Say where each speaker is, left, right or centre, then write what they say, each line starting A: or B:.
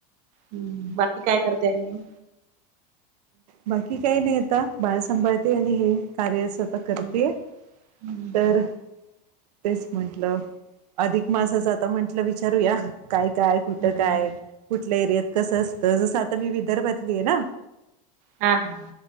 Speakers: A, on the right; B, on the right.
A: हम्म बाकी काय करताय आणि मग
B: बाकी काही नाही आता बाळ सांभाळते आणि हे कार्याच करते
A: हम्म. हम्म.
B: तर तेच म्हंटलं अधिक मासाच आता म्हंटलं विचारूया काय काय कुठं
A: हम्म.
B: काय कुठल्या एरियात कसं असतं जसं आता मी विदर्भातली आहे ना
A: हा हा